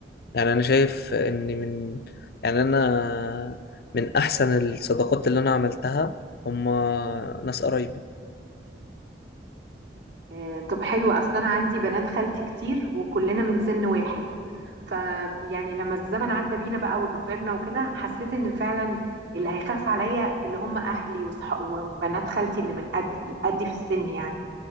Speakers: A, on the left; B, on the right.
A: يعني أنا شايف إن من يعني أنا من أحسن الصداقات اللي أنا عملتها هما ناس قرايبي
B: آه طب حلو اصلا انا عندي بنات خالتي كتير وكلنا من سن واحد فيعني لما الزمن عدى بينا بقى وكبرنا وكده حسيت ان فعلا اللي هيخاف عليا اللي هم اهلي وصح... وبنات خالتي اللي من قد قدي في السن يعني